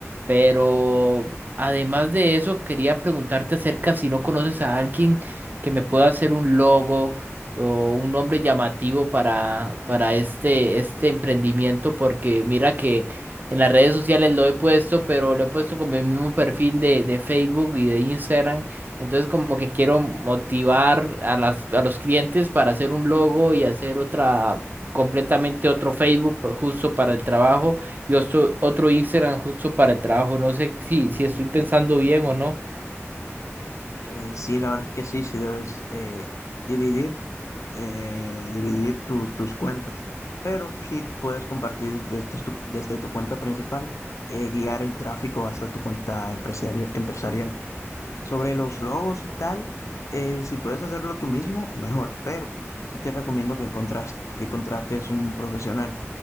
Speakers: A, on the right; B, on the left.
A: Pero además de eso, quería preguntarte acerca si no conoces a alguien que me pueda hacer un logo o un nombre llamativo para, para este, este emprendimiento, porque mira que en las redes sociales lo he puesto, pero lo he puesto con mi mismo perfil de, de Facebook y de Instagram. Entonces como que quiero motivar a las, a los clientes para hacer un logo y hacer otra, completamente otro Facebook pa- justo para el trabajo y otro, otro Instagram justo para el trabajo. No sé si, si estoy pensando bien o no.
B: Eh, sí, la verdad es que sí, sí debes eh, dividir, eh, dividir tu- tus cuentas. Pero sí puedes compartir desde tu, desde tu cuenta principal, eh, guiar el tráfico hasta tu cuenta empresarial. empresarial. Sobre los logos y tal, eh, si puedes hacerlo tú mismo, mejor, pero sí te recomiendo que, contras- que contrates un profesional